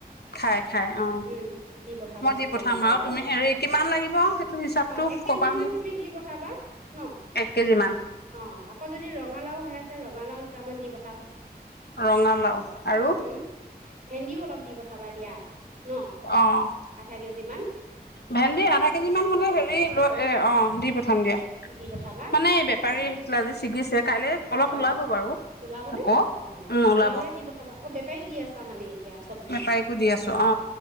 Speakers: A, on the left; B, on the right.
A: খাই খাই অ
B: উম দি পঠাবাচোন
A: মই দি পঠাম
B: তেনেকে
A: বাৰু
B: অলপ
A: তুমি হেৰি কিমান লাগিব সেইটো হিচাপটো
B: অ এক কেজি
A: কবা
B: মান
A: মোক
B: তুমি দি পঠাবা ন
A: এক কেজি মান
B: অ আকৌ যদি ৰ ৰঙালাও হৈ আছে ৰঙালাও দুটামান দিপ
A: ৰঙালাও আৰু
B: উম ভেন্দিও অলপ দি পঠাবা দিয়া ন
A: অ
B: আধা কেজি মান
A: ভেন্দি আধা কেজি মান হলে হেৰি লৈ এ অ দি পঠাম দিয়া
B: দি পঠাবা
A: মানে এই
B: চাই
A: বেপাৰী
B: পেলাই
A: আহিছিলে আজি ছিগিছে কাইলৈ অলপ
B: অ
A: ওলাব বাৰু
B: ওলাবনে
A: আকৌ
B: অ
A: উম ওলাব
B: ওলালে দি পঠাবা অ বেপাৰীক দি আছা মানে এতিয়া চবজী
A: বেপাৰীকো
B: বিলাক
A: দি আছো অ